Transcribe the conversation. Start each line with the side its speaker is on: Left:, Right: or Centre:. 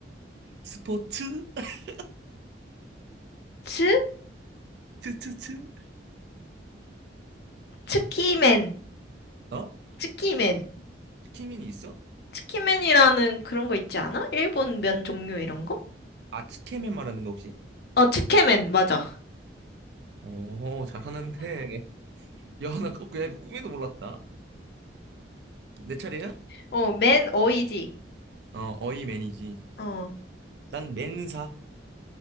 Right: 스포츠, <laughs>
Left: 츠?
Right: 트트트.
Left: 츠키맨,
Right: 어?
Left: 츠키맨.
Right: 치킨맨이 있어?
Left: 츠키맨이라는 그런 거 있지 않아? 일본 면 종류 이런 거?
Right: 아, 치킨맨 말하는 거 혹시?
Left: 어, 츠케맨, 맞아.
Right: 오 잘하는데. 야, 나 그- 그냥 그 꿈에도 몰랐다. 내 차례야?
Left: 어, 맨 어이지.
Right: 어, 어이 매니지.
Left: 어,
Right: 난 맨사.